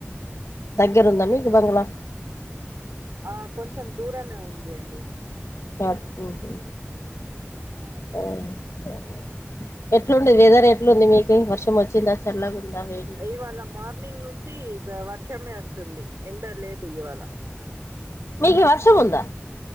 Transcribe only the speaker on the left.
దగ్గరుందా మీకు బంగళా
సరిపోతది అ
ఆ ఎట్లుంది వెదర్ ఎట్లుంది మీకు వర్షం వచ్చిందా తెల్లగుందా మీ
మీకు వర్షం ఉందా